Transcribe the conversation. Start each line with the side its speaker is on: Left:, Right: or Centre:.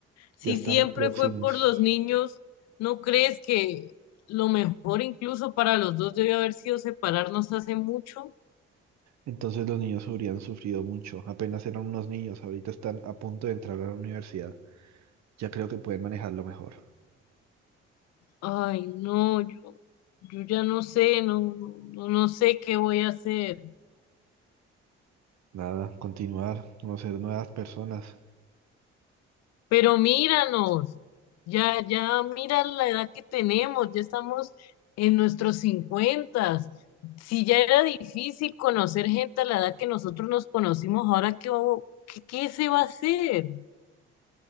Left: Si
Right: Ya están
Left: siempre
Right: próximos.
Left: fue por los niños, ¿no crees que lo mejor incluso para los dos debió haber sido separarnos hace mucho?
Right: Entonces los niños habrían sufrido mucho. Apenas eran unos niños, ahorita están a punto de entrar a la universidad. Ya creo que pueden manejarlo mejor.
Left: Ay, no, yo, yo ya no sé, no, no, no sé qué voy a hacer.
Right: Nada, continuar, conocer nuevas personas,
Left: Pero míranos, ya, ya mira la edad que tenemos, ya estamos en nuestros cincuentas. Si ya era difícil conocer gente a la edad que nosotros nos conocimos, ahora qué, va- qué, qué se va a hacer.